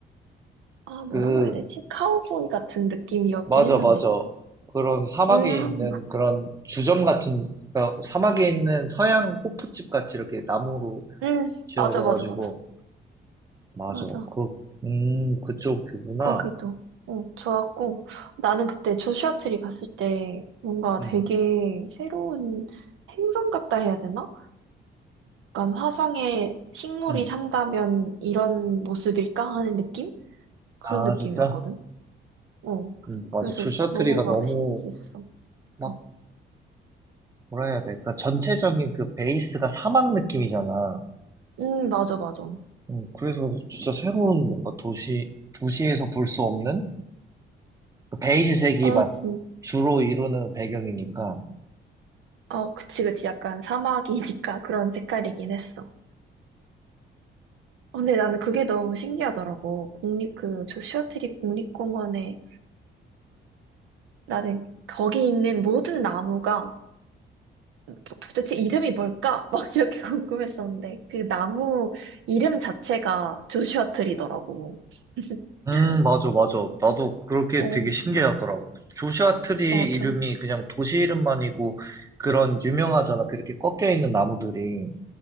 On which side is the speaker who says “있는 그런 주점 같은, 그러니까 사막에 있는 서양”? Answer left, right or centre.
Right